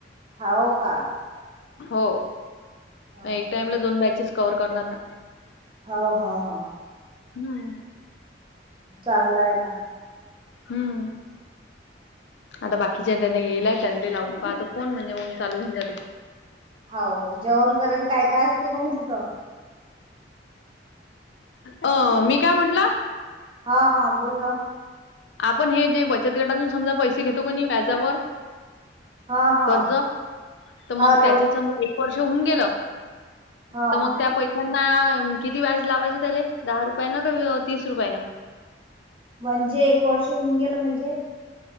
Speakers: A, on the right; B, on the left.
A: हाओका
B: हो
A: हा
B: एक टाइमला दोन बॅचेस कव्हर करणार ना
A: हाव हा हा
B: हम्म
A: चांगला आहे ना?
B: हम्म आता बाकीच्या त्यांना गेलाय त्यांनी लावून पाहतोन म्हणजे मग चालू होऊन जाते.
A: हाऊ जेवण केल काय काय असते काण तिथं.
B: अ मी काय म्हटलं?
A: हा हा बोलल.
B: आपण हे जे बचत गटातून समजा पैसे घेतो का नाही व्याजावर.
A: हा हा
B: कर्ज तर मग
A: हा लोक
B: त्याचे समजा. वर्ष होऊन गेलं
A: हा
B: तर मग त्या पै त्यांना किती व्याज लावायचं त्याले? दहा रुपयान क तीस रुपयान?
A: म्हणजे एक वर्ष होऊन गेलं म्हणजे?